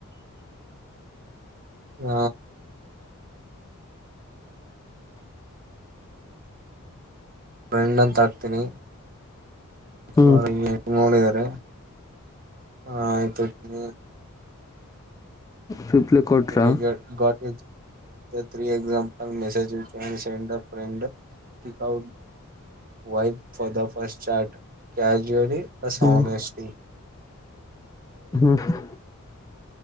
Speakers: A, on the right; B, on the left.
A: ಹ ಫ್ರೆಂಡ್ ಅಂತ ಹಾಕ್ತೀನಿ
B: ಹ್ಮ್
A: ಸರಿ ನೋಡಿದಿದ್ದಾರೆ ಹಾ ಆಯ್ತಯ್ತನಿ
B: ರಿಪ್ಲ ಕೋಟ್ರ
A: ಇಲ್ಲಿಗೆ ಗಾಟ್ ತ್ರೀ ಎಕ್ಸಾಮಂಪಲ್ ಮೆಸೇಜ್ ಚ ಸೇ ಪಂಡ ಕ wipe for the first chart casually us
B: hmm
A: ಹನಸ್ಟಿ
B: hmm ಹ